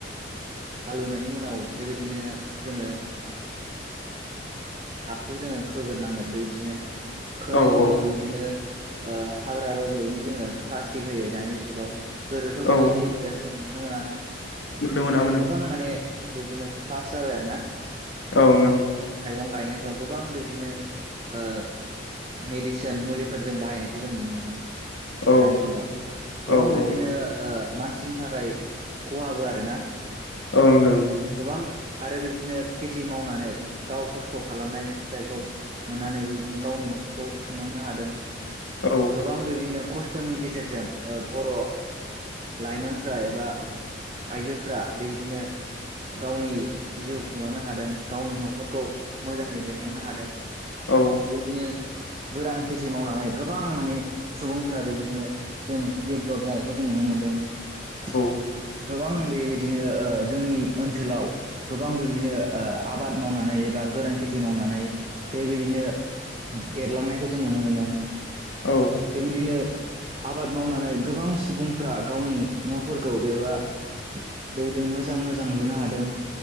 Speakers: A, on the right; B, on the left.
A: हालौवनायनि उनाव बेबायदिनो जोङो ओ हाखौ जोङो खोगोरनांगोन बेबायदिनो खोनायनि
B: औ
A: उनाव
B: औ
A: बेबायदिनो ओ हाग्रा रज'यैनि जोङो प्लास्टिक होयो दानि जुगाव गोदोथ' बेबायदि
B: औ
A: जों नुनो मोनामोन
B: नुनो मोनामोन
A: दायो गोबां माने बिबायदिनो फास् जाबाय आरो ना
B: औ ओं
A: फां गायनायफ्राव गोबां बिबदिनो ओ मेडिसिन मुलिफोर जों बाहायनायखौ जों नुनो मोनो।
B: ओं
A: दानि जुगाव गोबां
B: ओं
A: बिदिनो
B: औ
A: ओ मानसिनि थाखाय खहाबो आरो ना
B: ओं ओं
A: गोबां आरो बेबायदिनो खेथि मावनानै गाव खस्थ' खालामनाय फिथाइखौ मोननानै बेबायदिनो गावनि न'खरखौ खुंलांनो हादों
B: औ
A: गोबां बेबायदिनो खस्थ'नि गेजेरजों ओ बर' लाइमोनफ्रा एबा आइजोफ्रा बेबायदिनो गावनि जिउ खुंलांनो हादों गावनि न'खरखौ मोजाङै बेंलांनो हादों
B: औ
A: बिदिनो गोरान खेथि मावनानै गोबां माने सुबुंफ्रा बेबायदिनो जों डेभ्लप जानायखौ जों नुनो मोन्दों <unintelligible>
B: औ
A: गोबां बेबायदिनो जोंनि ओनसोलाव गोबां बेबायदिनो ओ आबाद मावनानै एबा गोरान खेथि मावनानै बेबायदिनो देरलांनायखौ जों नुनो मोनदों
B: औ
A: बेबायदिनो आबाद मावनानै गोबां सुबुंफ्रा गावनि न'फोरखौ बेबा बेबायदिनो मोजां मोजां जों लुनो हादों